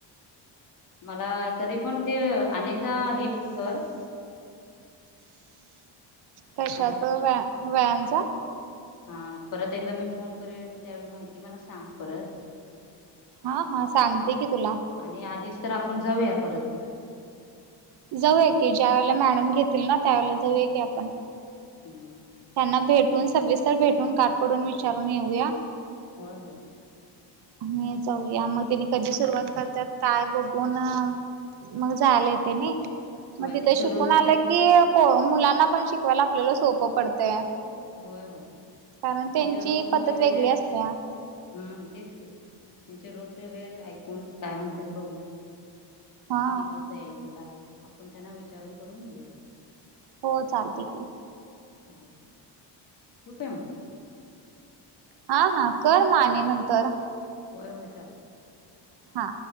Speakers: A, on the left; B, on the right.
A: मलां तरी पण तें अनेकदा हे कर...
B: कशाच
A: हॅलो
B: व्या-व्यायामचा....
A: हां परत एकदा मी फोनकरेन त्यावेळी माहिती मला सांग परत....
B: हां हां सांगते की तुला....
A: आणि आलीच तर आपण जाऊया परत तिकडे....
B: जाऊया की ज्यावेळेला मॅडम घेतील नां त्यावेेळेला जाऊया की आपण...
A: हुं...
B: त्यांना भेटून सविस्तर भेटून गाठ पडून विचारून येऊया....
A: होय होय..
B: आणि जाऊया मग तेनी कधी सुरुवात करतात काय बघून, मग जायला येतंय नाही..
A: होय
B: मग तिथे
A: त्यांचे
B: शिकून
A: रूल्स
B: आलं
A: त्यां
B: की पो मुलांना पण शिकवायला आपल्याला सोपं पडतंय....
A: होय होय
B: कारण
A: त्यांचे
B: त्यांची
A: रूल्स
B: पद्धत
A: वेगळे
B: वेगळी असत्या....
A: हम्म तेच की.... त्यांचे रोल्स वगैरे ऐकून काय म्हणतात बघून
B: हा
A: किती वाजता यायचं... काय आपण त्यांना विचारून करून येेऊया....
B: हो चालतंय की....
A: ठेऊ काय म?
B: हां हां कर म आणि नंतर....
A: होय होय चालतंय....
B: हां....